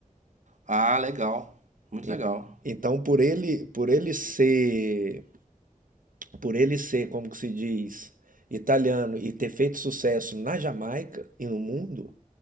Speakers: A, on the right (about 60°); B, on the right (about 85°).
A: Ah, legal. Muito
B: En-
A: legal.
B: Então, por ele, por ele ser, por ele ser, como que se diz, italiano e ter feito sucesso na Jamaica e no mundo,